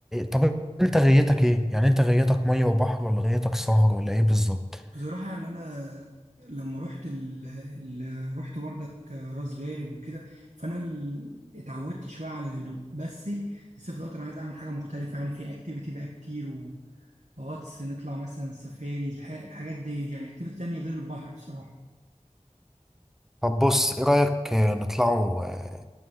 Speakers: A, in the centre; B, on the right.
A: طب انت غيتك ايه يعني انت غيتك ميه وبحر ولا غيتك سهر ولا ايه بالظبط
B: بصراحة يعني أنا لما رحت ال... ال... رحت بردك راس غارب وكده فأنا ال... اتعودت شوية على الهدوء بس الصيف دوت أنا عايز أعمل حاجة مختلفة يعني في أكتيفيتي بقى كتير وغطس نطلع مثلا سفاري الح... الحاجات دي يعني أكتيفيتي تانية غير البحر بصراحة
A: طب بص ايه رأيك آه، نطلعوا آه،